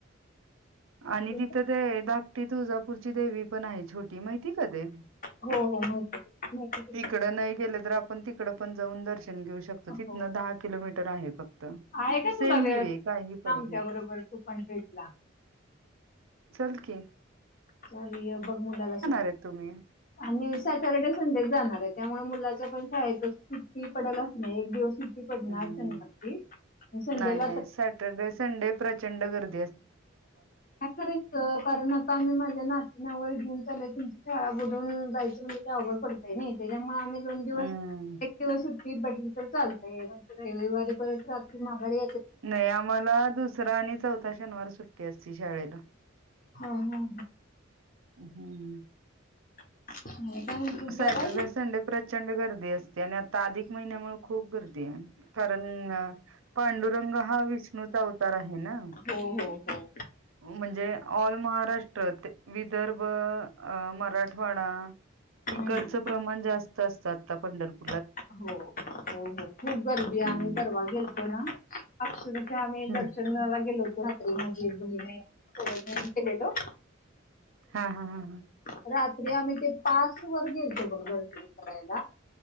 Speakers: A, on the right; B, on the left.
A: आणि
B: असते.
A: तिथं ते धाकटी तुळजापूरची देवी छोटी मातीका देव
B: हो हो माहिती माहिती की
A: इकड नाही गेलातर आपण त त पण जाऊन दर्शन घेऊ शकतो तिथनं
B: हो
A: दहा किलोमीटर आहे फक्त
B: आहे का तुला
A: सेम
B: वेळ
A: देवी आहे काही फरक
B: लामच्याबरोबर
A: नाही
B: तू पण भेटला
A: चल कि
B: चालय बघ मुलाला
A: आहेत तुम्ही?
B: आणि सॅटर्डे संडे जाणार आहे त्यामुळे मुलाचं पण शाळेत सुुट्टी पडलच नाही एक दिवस सुट्टी पडणार
A: हम्म
B: शनिवारची संडेला
A: नाही नाही
B: तर
A: सॅटरडे संडे प्रचंड गदी
B: काय करायचं कारण आता आम्ही माझ्या नाती नावर घेऊन चालय तम शाळा बुडून जायचं म्हणजे ते अवघड पडतय नाही त्याच्यामुळे आम्ही दोन दिवस
A: हम्म.
B: एक दिवस ी बडली तर लय म्हणजे रविवारी परत रात्री महागाडी
A: नाही आम्हाला दुसरा आणि चौथा शनिवार सुट्टी असती शाळेला
B: हा हा ह
A: हम्म
B: <inaudible>
A: सॅटरडे
B: बरं आहे की?
A: संडे प्रचंड गर्दी असते आणि आता अधिक महिन्यामुळे खूप गर्दी आहे कारण ह पांडुरंग हा विष्णूचा अवतार आहे ना
B: हो हो हो.
A: म्हणजे ऑल महाराष्ट्र ते विदर्भ मराठवाडा इकडचं
B: हम्म.
A: प्रमाण जास्त असत आता पंढरप
B: हो हो हो खूप गर्दी
A: हम्म
B: आम्ही परवा गेलतो ना अ तथे आम्ही
A: हम्म.
B: दर्शनला गेलो होतो रात्री माझी बहीण केले तो
A: हां, हां, हां, हां.
B: तरात आम्ही ते पास वर गेलतो बघ दर्शन करायला